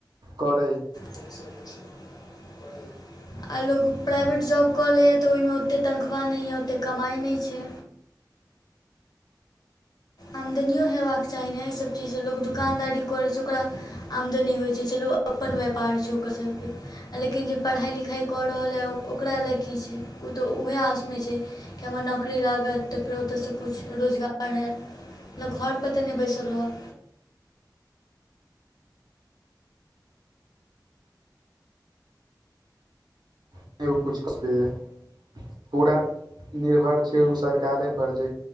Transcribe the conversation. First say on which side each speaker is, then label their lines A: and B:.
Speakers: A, on the right (about 70°); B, on the left (about 60°).
A: करै।
B: ठीक जा प कह <unintelligible> आ लोक प्राइवेट जॉब कऽ लैए तऽ ओहिमे ओतेक तनख्वाह नहि यए ओतेक कमाइ नहि छै। आमदनियो हेबाक चाही ने एहिसभ चीजसँ लोक दोकानदारी करैत छै ओकरा आमदनी होइत छै चलू। अपन व्यापार छै ओकर सबके लेकिन जे पढ़ाई लिखाई कर रहल हे ओकरा लाग। की छै ओ तऽ उएह आसमे छै। कि हमरा नौकरी लागत तऽ फेर ओतऽसँ किछु रोजगार ह मतलब घरपर तऽ नहि बैसल रहब।
A: नहि ओ किछु क सकैए पूरा निर्भर छै ओ सरकारे पर जे।